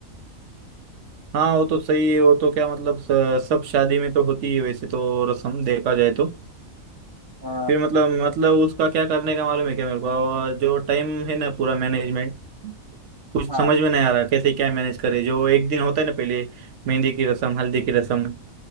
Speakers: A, on the right; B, on the left.
A: हाँ वो तो सही
B: उस,
A: है वो तो क्या मतलब स- सब शादी में तो होती है वैसे तो रस्म देखा जाए तो
B: अ,
A: फिर मतलब मतलब उसका क्या करने का मालूम है क्या मेरे को और जो टाइम है ना पूरा मैनेजमेंट कुछ
B: हाँ
A: समझ में नहीं आ रहा कैसे क्या मैनेज करे जो एक दिन होता है ना पहले मेहंदी की रसम हल्दी की रसम